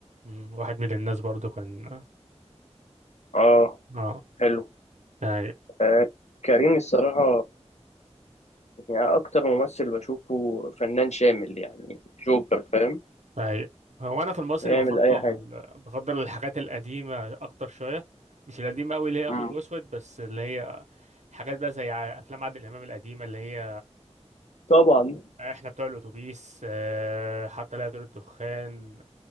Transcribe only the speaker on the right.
امم. واحد من الناس برضو كان
اه
اي
أي هو أنا في المصري
بفضل
بفضل الحاجات القديمة أكتر شوية مش القديمة أوي اللي هي أبيض
وأسود بس اللي هي حاجات بقى زي ع- أفلام عادل إمام القديمة اللي هي
آه، إحنا بتوع الأتوبيس آه، حتى لا يطير الدخان